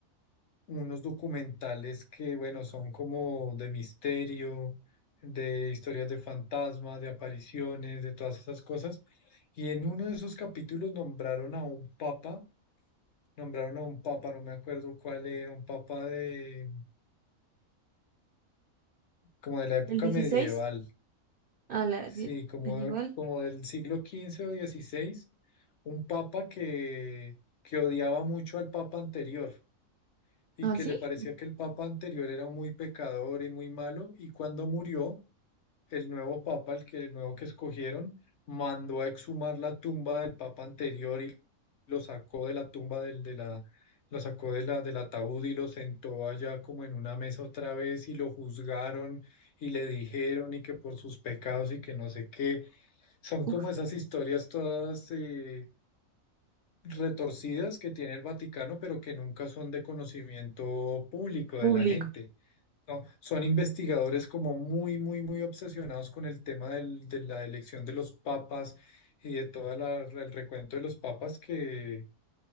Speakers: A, on the left; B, on the right.
A: unos documentales que, bueno, son como de misterio, de historias de fantasmas, de apariciones, de todas esas cosas. Y en uno de esos capítulos nombraron a un papa, nombraron a un papa, no me acuerdo cuál era, un papa de como de la época
B: El 16
A: medieval
B: a la
A: Sí,
B: die-
A: como,
B: medieval.
A: como del siglo quince o dieciséis, un papa que, que odiaba mucho al papa anterior y
B: ¿Ah,
A: que
B: sí?
A: le parecía que el papa anterior era muy pecador y muy malo, y cuando murió, el nuevo papa, el que, el nuevo que escogieron, mandó a exhumar la tumba del papa anterior y lo sacó de la tumba del, de la, lo sacó de la, del ataúd y lo sentó allá como en una mesa otra vez y lo juzgaron y le dijeron y que por sus pecados y que no sé qué son
B: Uf,
A: como esas historias todas eh, retorcidas que tiene el Vaticano, pero que nunca son de conocimiento público
B: público.
A: de la gente. ¿no? Son investigadores como muy, muy, muy obsesionados con el tema del- de la elección de los papas y de todo el recuento de los papas que,